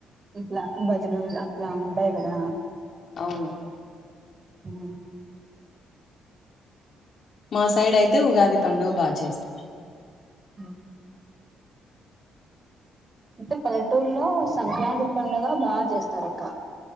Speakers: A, on the right; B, on the left.
A: ఇట్లా భజనలు అట్లా బయటాదా
B: అవును
A: ఉ
B: మా సైడ్ అయితే ఉగాది పండుగ బాగా చేస్తారు.
A: ఉ ముత్తే పల్లెటూరులో సంక్రాంతి పండుగ బాగా చేస్తారు అక్క.